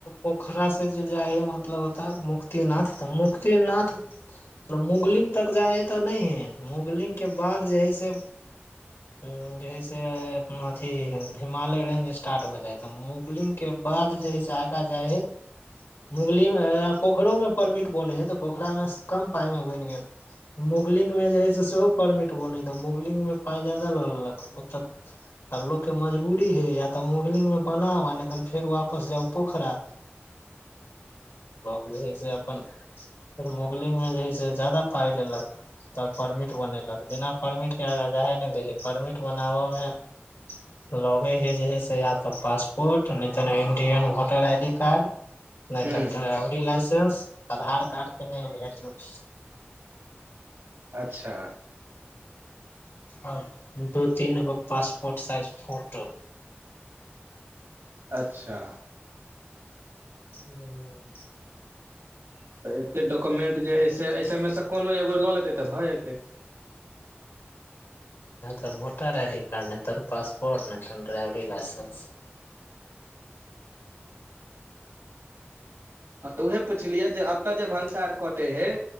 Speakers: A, on the left; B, on the right.
A: पोखरा से जे जाइ है म कत होता मुक्तिनाथ त मुक्तिनाथ मतलब मुगलिंग तक जाइ हइ तऽ नहि है मुगलिंग के बाद जे है से उ जे ह से अथी हत हिमालय रेंज स्टार्ट हो जाइ तऽ मुगलिंग के बाद जे हइ से आगाँ जाइ हइ मुगली मे पोखरिो मे परमिट बनै छै तऽ पोखरामे कम पाई मे बनि गेल मुगलिंगमे जे हइ से सेहो परमिट ब नहि त मुगलिंगगमे पाइ जादा लऽ लेलक ओतऽ आ लोकके मज बूी है या तऽ मुगलिन मे बना ह नहि तऽ फेर वापस जाउ पोखरा फीस अपन फेर मुोगलिंग मे जे है से ज्याददा पाइ लेलक तब परमिट बनेलक बिना परमिटके आग जा हइ नहि दै ह छै परमिट बनाबऽमे लगे हे जे ह से या तऽ पासपोर्ट नहि तऽ Indian voter I D card नहि
B: हुं
A: तऽ ड्राइवरी लाइसेंस आधार कार्ड के नहि भेयौ
B: अच्छा
A: आ दू तीन गो पासपोर्ट साइज फोटो
B: अच्छा
A: ह <inaudible>
B: तऽ एते डॉक्युमेंट जे हइ से एहिसमेसँ कोनो एगो लऽ लेतै तऽ भऽ जेतै
A: हऽ वोटर आई डी कार्ड तन पासपोर्ट नहि तन ड्राइवरी लाइसेंस
B: हँ तऽ उह पुछलियै जे एतय जे भनसार कटे हे